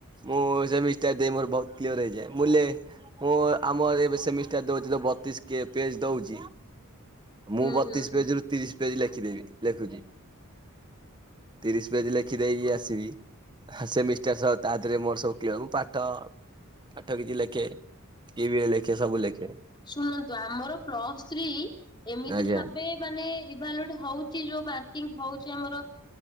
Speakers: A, on the right; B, on the left.
A: ମୁଁ ସେମିଷ୍ଟାର ଦେଇ ମୋର ବହୁତ କ୍ଲିଓର ହେଇଯାଏ। ବୋଲେ ମୁଁ ଆମର ଏବେ ସେମିଷ୍ଟର ଦଉଛି ବତିଶ ପେ ପେଜ ଦଉଚି। ମୁଁ
B: ହୁଁ
A: ବତିଶ
B: ହୁଁ ହୁଁ।
A: ପେଜ ରୁ ତିରିଶ ପେଜ ଲେଖିଦେବି ଲେଖୁଛି। ତିରିଶ ପେଜ ଲେଖି ଦେଇକି ଆସିବି। ସେମିଷ୍ଟର ସହ ତା ଦେହରେ ମୋର ସବୁ କ୍ଲିୟର ମୁଁ ପାଠ ପାଠ କିଛି ଲେଖେ କିଏ ବି ଲେଖେ ସବୁ ଲେଖେ।
B: ଶୁଣନ୍ତୁ ଆମର ପ୍ଲସ୍ ଥ୍ରୀ ଏମିତି
A: ଆଜ୍ଞା
B: ଭାବେ ମାନେ ଇଭାଲ୍ୟୁଟ ହଉଛି। ଯୋଉଁ ମାର୍କିଂ ହଉଚି ଆମର